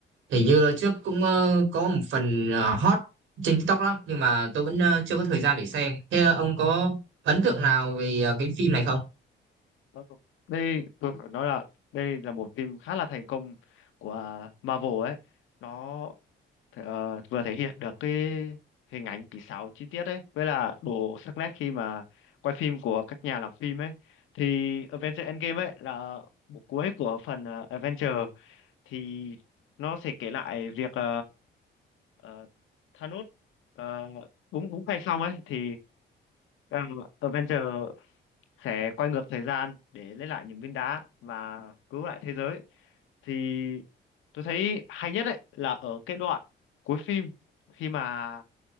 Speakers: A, on the right (about 75°); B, on the left (about 80°).
A: Hình như trước cũng ờ, có một phần ờ, hot trên TikTok lắm nhưng mà tôi vẫn ờ, chưa có thời gian để xem. Thế ờ, ông có ấn tượng nào về ờ, cái phim này không?
B: Vâng. Đây, tôi phải nói là đây là một phim khá là thành công của Marvel ấy. Nó th- ờ, vừa thể hiện được cái hình ảnh kỹ xảo chi tiết ấy với là độ sắc nét khi mà quay phim của các nhà làm phim ấy thì Avengers Endgame ấy là bộ cuối của phần ờ, Avengers thì nó sẽ kể lại việc ờ, ờ, Thanos ờ, búng búng tay xong ấy thì uh, Avengers sẽ quay ngược thời gian để lấy lại những viên đá và cứu lại thế giới thì tôi thấy hay nhất ấy là ở cái đoạn cuối phim khi mà